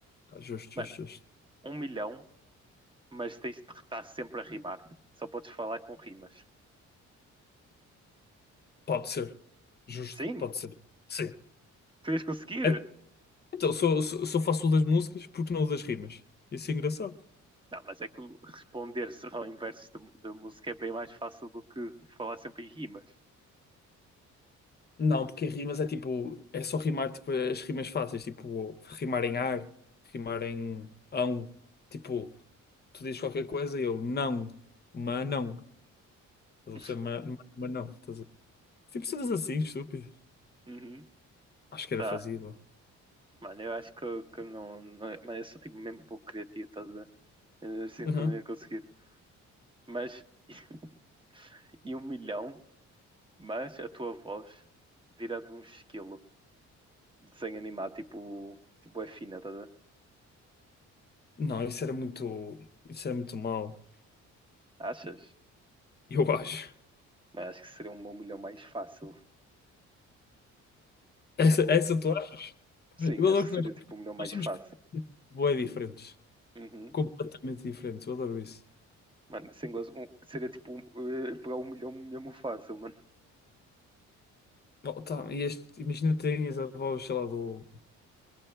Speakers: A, on the left (about 35°); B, on the right (about 15°).
A: Pá, justo,
B: Mano,
A: justo, justo.
B: um milhão, mas tens de estar sempre a rimar. Só podes falar com rimas.
A: Pode ser. Justo,
B: Sim,
A: pode ser. Sim.
B: tu ias conseguir.
A: É Então, só, só, só faço o das músicas porque não o das rimas. Isso é engraçado.
B: Não, mas é que o- responder só em versos de, de música é bem mais fácil do que falar sempre em rimas.
A: Não, porque em rimas é tipo, é só rimar tipo, as rimas fáceis, tipo, rimar em ar, rimar em ão. Tipo, tu dizes qualquer coisa e eu não, mas não. Estás
B: <laughs>
A: a perceber? Mas não. Estás a- Tipo, cenas assim, estúpido.
B: Uhum,
A: Acho que era
B: tá.
A: fazível.
B: Mano, eu acho que, eu- que eu não, não. Mano, eu sou tipo mesmo pouco criativo, tá? Eu sinto
A: Uhum.
B: que não ia conseguir. Mas. <laughs> E um milhão, mas a tua voz vira de um esquilo de desenho animado, tipo. Tipo, é fina, tá? a ver?
A: Não, isso era muito. Isso era muito mau.
B: Achas?
A: Eu acho.
B: Mas acho que seria um milhão mais fácil,
A: Essa,
B: na boa.
A: essa tu acha?
B: Sim,
A: Eu adoro
B: acho que
A: que
B: seria
A: nós,
B: tipo um milhão mais
A: nós temos
B: fácil.
A: bué diferentes.
B: Uhum.
A: Completamente diferentes. Eu adoro isso.
B: Mano, sem gozo, um- seria tipo um- eh, pegar um milhão mesmo fácil, mano.
A: Oh, tá, e este, imagina tinhas a voz, sei lá, do,